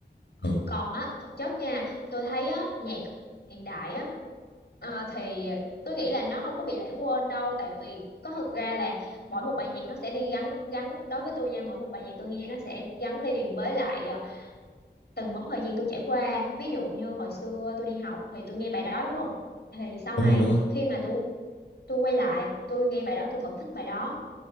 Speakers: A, on the left; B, on the left.
A: ừ,
B: còn á thực chất nha tôi thấy á nhạc hiện đại á ờ, thì tôi nghĩ là nó không có bị lãng quên đâu tại vì có thực ra là mỗi một bài nhạc nó sẽ đi gắn gắn đối với tôi nha mỗi một bài nhạc tôi nghe nó sẽ gắn liền với lại ờ, từng mốc thời gian tôi trải qua ví dụ như hồi xưa tôi đi học thì tôi nghe bài đó đúng không thì sau
A: đúng
B: này
A: rồi, đúng rồi.
B: khi mà tôi tôi quay lại tôi nghe bài đó tôi vẫn thích bài đó